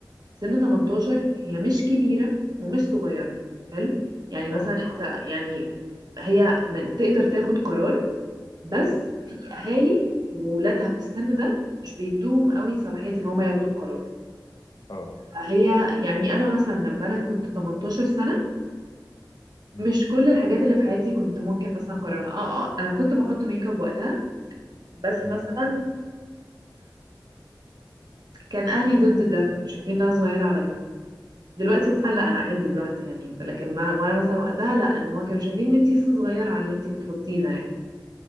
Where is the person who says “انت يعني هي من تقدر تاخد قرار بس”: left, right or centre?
Right